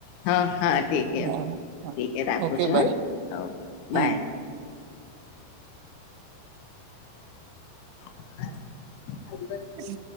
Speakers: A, on the left; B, on the right.
A: હા હા ઠીેકઠીક
B: હા
A: રાખું
B: ઓકે
A: છું
B: બાય
A: હ
B: હમ
A: બાય હ
B: હમ